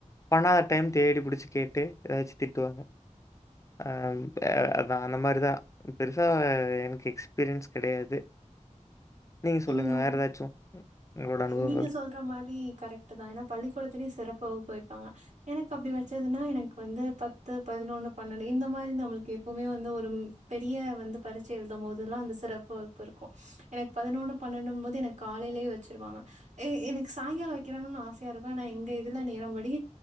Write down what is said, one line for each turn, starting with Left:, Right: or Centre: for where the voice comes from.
Left: ஆனா டென்த் தேடி புடிச்சு கேட்டு ஏதாச்சு திட்டுவாங்க அ அதா அந்த மாரிதா பெருசா எனக்கு எக்ஸ்பீரியன்ஸ் கெடையாது நீங்க சொல்லுங்க,
Right: ம்
Left: வேற ஏதாச்சும் உங்களோட அனுபவங்கள்?
Right: நீங்க சொல்ற மாரி கரெக்ட் தா ஏன்னா பள்ளிக்கூடத்துலேயு சிறப்பு வகுப்பு வப்பாங்க எனக்கு அப்படி வச்சதுன்னா எனக்கு வந்து பத்து பதினொன்னு பன்னெண்டு இந்த மாரி நம்மளுக்கு எப்பவுமே வந்து ஒரு பெரிய வந்து பரீட்சை எழுதும் போதுல்லா அந்த சிறப்பு வகுப்பு இருக்கும் எனக் பதினொன்னு பன்னென்டும்போது எனக்கு காலையிலயே வச்சுருவாங்க எ எனக்கு சாயங்காலம் வைக்கிறுனு ஆசையா இருக்கும் ஆனா எங்க இதுல நேரம் படி